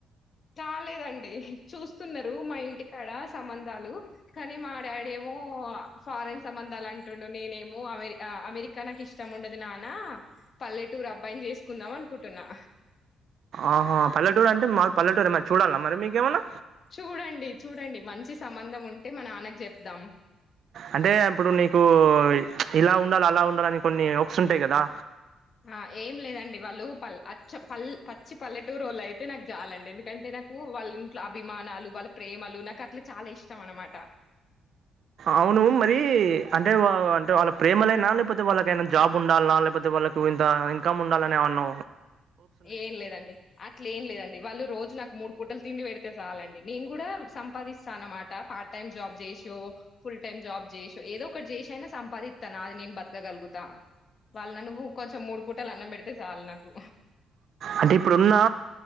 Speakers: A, on the left; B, on the right.
A: కాలేదండి. చూస్తున్నారు. మా ఇంటికాడ సంబంధాలు కానీ మా డాడేమో ఫారెన్ సంబంధాలు అంటుండు, నేనేమో అమెరి అమెరికా నాకు ఇష్టం ఉండదు నాన్న పల్లెటూరు అబ్బాయిని చేసుకుందాం అనుకుంటున్నా.
B: ఆహా పల్లెటూరు అంటే మాది పల్లటూరు మరీ చూడల్నా మరీ మరి మీకేమన్నా
A: చూడండి చూడండి మంచి సంబంధం ఉంటే మా నాన్నకు చెప్దాం.
B: అంటే అప్పుడు నీకు ఇలా ఉండాలి, అలా ఉండాలని కొన్ని హోప్స్ ఉంటాయి కదా
A: ఆ ఏం లేదం డి వాళ్ళు పల్ అచ్చ పల్ పచ్చి పల్లెటూరోళ్ళు అయితే నాకు చాలండి. ఎందుకంటే నాకు వాళ్ళ ఇంట్లో అభిమానాలు, వాళ్ళ ప్రేమలు నాకు అట్లా చాలా ఇష్టం అనమాట.
B: అవును మరి అంటే అంటే వాళ్ళ ప్రేమ లేనా, లేకపోతే వాళ్ళ ఎమన్నా జాబ్ ఉండాల్నా, లేకపోతే వాళ్ళకు ఇంత ఇన్కమ్ ఉండాలని ఎంఅన్నా
A: ఏం లేదండి, అట్లే ఏం లేదండి. వాళ్ళు రోజు నాకు మూడు పూటలు తిండి పెడితే చాలండి. నేను కూడా సంపాదిస్తాను అన్నమాట పార్ట్ టైం జాబ్ చేసో ఫుల్ టైమ్ జాబ్ చేసో ఏదో ఒకటి చేసన్నా సంపాదిత్తా. నాది నేను బతకగలుగుతా వాళ్ళు నన్ను కొంచెం మూడు పూటలు అన్నం పెడితే సాలు నాకు.
B: అంటే ఇప్పుడు ఉన్నా